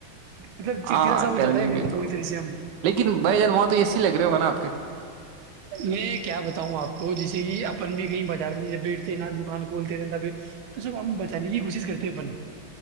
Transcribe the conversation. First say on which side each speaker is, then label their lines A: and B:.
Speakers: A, on the right (about 80°); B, on the right (about 65°).
A: مطلب چڑچڑا
B: ہاں
A: سا ہو
B: گرمی
A: جاتا ہے مطلب
B: میں تو
A: پوری طرح سے ہم
B: لیکن بھائی جان وہاں تو ای لگ رہے ہوا نا آپ کے
A: میں کیا بتاؤں آپ کو جیسے کہ اپن بھی کہیں بازار میں بیٹھتے نا دکان کھولتے تھے پھر تو سب ہم بچانے کی کوشش کرتے اپن